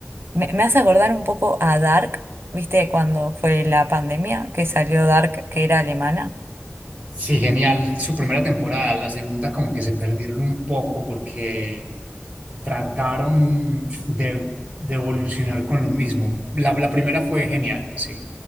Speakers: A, on the right; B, on the right.
A: me, me hace acordar un poco a Dark. ¿Viste cuando fue la pandemia que salió Dark, que era alemana?
B: Sí, genial. Su primera temporada, la segunda como que se perdieron un poco porque trataron de, de evolucionar con lo mismo. La, la primera fue genial, sí.